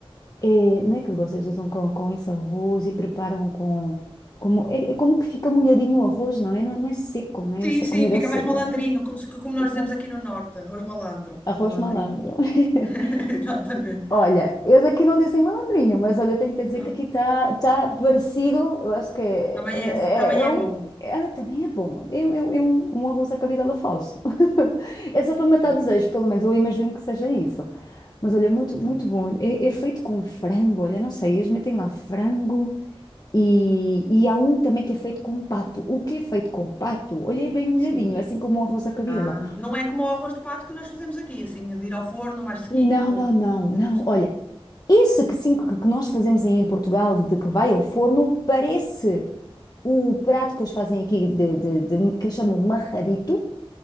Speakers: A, on the left; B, on the left.
A: É, não é que vocês usam com, com esse arroz e preparam com. Como, é, é como que fica molhadinho o arroz, não é? Não é, não é seco, não é?
B: Sim,
A: Essa
B: sim,
A: comida
B: fica
A: seca.
B: mais malandrinho, como, se- como nós
A: Fica
B: dizemos aqui no norte, arroz malandro.
A: arroz
B: Malandrinho.
A: malandro. <laughs>
B: <laughs> Exatamente.
A: Olha, eles aqui não dizem malandrinho, mas olha, tenho que te dizer
B: Não?
A: que aqui está tá tá parecido. Eu acho que é,
B: Também
A: é-
B: é, assim- também
A: é
B: é
A: um.
B: bom.
A: é- ah, também é bom. É, é- é um, um arroz à cabidela falso. <laughs> É só para matar
B: Ok.
A: desejos, pelo menos. Eu imagino que seja isso. Mas olha, é muito,
B: Então,
A: muito bom. É, é feito com frango, olha, não sei, eles metem lá frango e, e há um também que é feito com pato. O que é feito com pato? Olha, é bem molhadinho,
B: sim.
A: é assim como um arroz à cabidela.
B: Ah, não é como o arroz de pato que nós fazemos aqui, assim, de ir ao forno, mais sequinho,
A: Não,
B: com
A: não, não, não.
B: queijo por cima.
A: Olha. Esse que sim que que nós fazemos aí em Portugal, de que vai ao forno, parece o prato que eles fazem aqui, de, de- de- que eles chamam marradito,